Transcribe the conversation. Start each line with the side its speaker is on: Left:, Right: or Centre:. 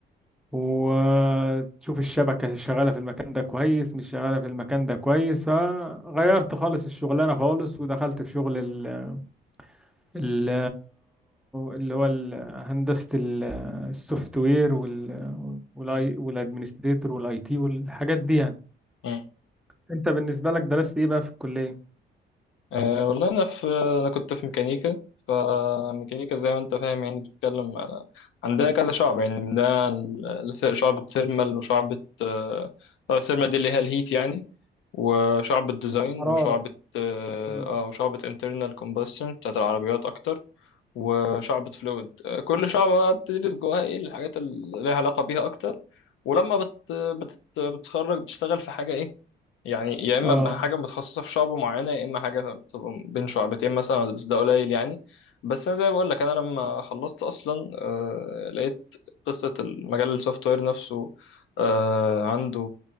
Centre: وتشوف الشبكة شغالة في المكان ده كويس مش شغالة في المكان ده كويس فغيرت خالص الشغلانة خالص ودخلت في شغل ال ال اللي هو ال- هندسة ال- السوفت وير وال والاي
Left: مم.
Centre: والادمنستريتور والاي تي والحاجات دي يعني
Left: مم.
Centre: انت بالنسبة لك درست ايه بقى في الكلية؟
Left: أه والله أنا في أنا كنت في ميكانيكا فميكانيكا زي ما أنت فاهم يعني بتتكلم على عندنا كذا شعب يعني عندنا ال- الس- شعبة ثيرمال وشعبة آه، آه، الثيرمال دي اللي هي الهيت يعني وشعبة ديزاين
Centre: حرارة
Left: وشعبة اه
Centre: مم.
Left: آه، وشعبة انترنال كومبشن بتاعت العربيات أكتر وشعبة فلويد كل شعبة بقى بتدرس جواها إيه الحاجات اللي لها علاقة بيها أكتر ولما بت بت بتتخرج بتشتغل في حاجة إيه، يعني يا اما
Centre: اه
Left: بقى حاجه متخصصه في شعبه معينه يا اما حاجه بتبقى بين شعبتين مثلا بس ده قليل يعني بس انا زي ما بقول لك انا لما خلصت اصلا آه، لقيت قصه المجال السوفت وير نفسه آه، عنده